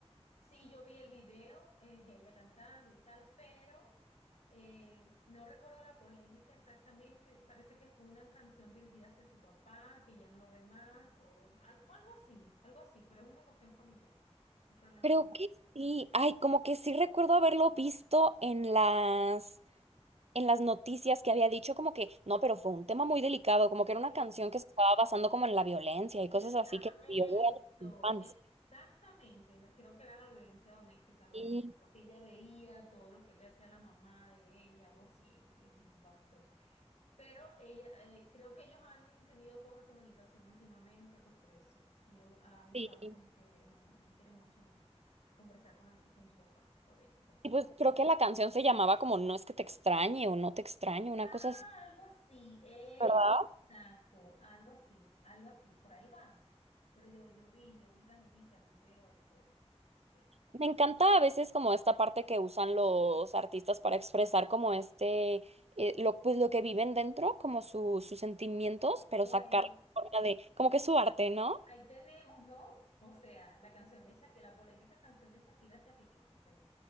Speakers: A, on the left; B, on the right.
A: Sí, yo vi el video, es ella cantando y tal, pero eh, no recuerdo la polémica exactamente. Parece que fue una canción dirigida hacia su papá, que ya no lo ve más, o al- algo así, algo así, pero es una cuestión familiar, un problema
B: Creo que sí. Ay, como que sí recuerdo haberlo visto en las, en las noticias que había dicho como que, no, pero fue un tema muy delicado, como que era una
A: familiar.
B: canción que se estaba basando como en la violencia y cosas
A: Eh, ajá,
B: así que dio de
A: esto,
B: la infancia.
A: exactamente, la- creo que era la violencia doméstica, algo
B: Y
A: así. Creo que ella veía todo lo que le hacía la mamá de ella, algo así, el- el papá, pues. Pero ella, eh, creo que ellos han tenido poca comunicación últimamente, pues por eso. Ella bu- ha buscado
B: sí.
A: como que no, no quiere mucho conversar con, con su papá, por eso, pues,
B: Y
A: porque
B: pues creo que la canción se llamaba como No es que te extrañe o No te extraño, una
A: Ah,
B: cosa así,
A: algo así, exacto,
B: ¿verdad?
A: algo así, algo así, por ahí va. Pero yo, yo vi, yo vi la noticia, el video y todo. Sí.
B: Me encanta a veces como esta parte que usan los artistas para expresar como este, eh, lo, pues lo que viven dentro, como su- sus sentimientos, pero
A: Bueno,
B: sacar forma de, como que su arte, ¿no?
A: ahí tenemos, ¿no? O sea, la canción de Shakira, la polémica canción de Shakira hacia Piqué, o sea.